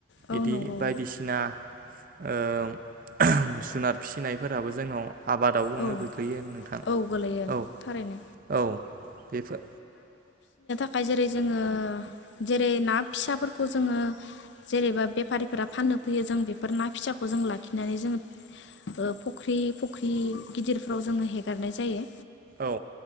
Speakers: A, on the left; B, on the right.
A: औ
B: इदि
A: नंगौ
B: बायदिसिना ओ जुनार फिसिनायफोराबो जोंनाव आबादावनो
A: औ
B: गोग्लैयो नोंथां
A: औ गोलैयो
B: औ
A: थारैनो
B: औ बेफोर
A: य जेरै जोङो जेरै ना फिसाफोरखौ जोङो जेनेबा बेफारिफोरा फाननो फैयो जों बेफोर ना फिसाखौ जों लाखिनानै जोङो ओ फुख्रि फुख्रि गिदिरफ्राव जोङो हेगारनाय जायो
B: औ